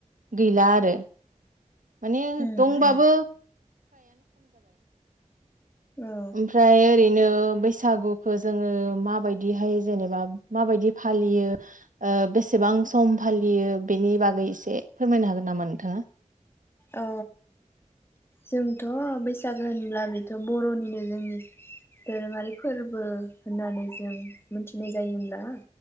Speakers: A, on the right; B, on the left.
A: गैला आरो माने
B: उम
A: दंबाबो
B: उम औ
A: ओमफ्राय ओरैनो बैसागुखौ जोङो माबायदिहाय जेनेबा माबायदि फालियो ओ बेसेबां सम फालियो बेनि बागै एसे फोरमायनो हागोन नामा नोंथाङा?
B: अ जोंथ' बैसागो होनब्ला बेथ' बर'निनो जोंनि दोरोङारि फोरबो होननानै जों मिथिनाय जायो होमब्ला।